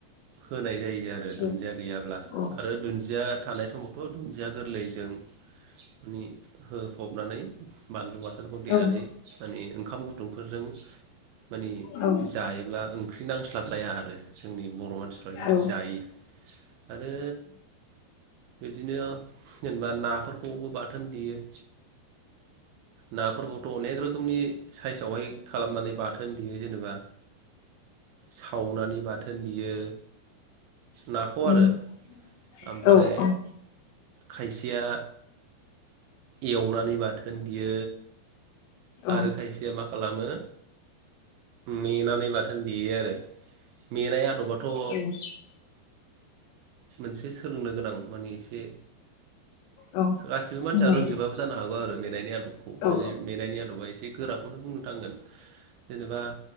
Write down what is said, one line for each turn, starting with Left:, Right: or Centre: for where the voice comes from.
Right: होनाय जायो। आरो
Left: औ
Right: दुन्जिया गैयाब्ला
Left: औ औ
Right: आरो दुन्जिया थानाय समाव अ दुन्जिया गोरलैजों माने हो फबनानै बानलु बाथोनखौ देनानै
Left: औ
Right: माने ओंखाम गुदुंफोरजों <inaudible> माने
Left: औ
Right: जायोब्ला ओंख्रि नांस्लाबलाया आरो जोंनि बर' मानसिफ्रा बेबायदि
Left: औ उम
Right: जायो आरो बिदिनो जेनेबा नाफोरखौबो बाथोन देयो। नाफोरखौथ अनेक रोखोमनि सायज आवहाय खालामनानै बाथोन देयो जेनेबा सावनानै बाथोन देयो नाखौ
Left: उम
Right: आरो
Left: औ
Right: आमफाय
Left: औ
Right: खायसेया एवनानै बाथोन बियो आरो
Left: औ
Right: खायसेया मा खालामो मेनानै बाथोन देयो आरो मेनाय आदबाथ' ओ
Left: औ
Right: मोनसे सोलोंनो गोनां मानि एसे
Left: औ
Right: गासिबो मानसिया
Left: बुंलाय
Right: रोंजोबाबो
Left: दे
Right: जानो हागौ आरो मेंनाय ले आदबखौ
Left: औ
Right: मेले मेनायनि आदबा एसे गोराखौनो बुंनो थांगोन जेनेबा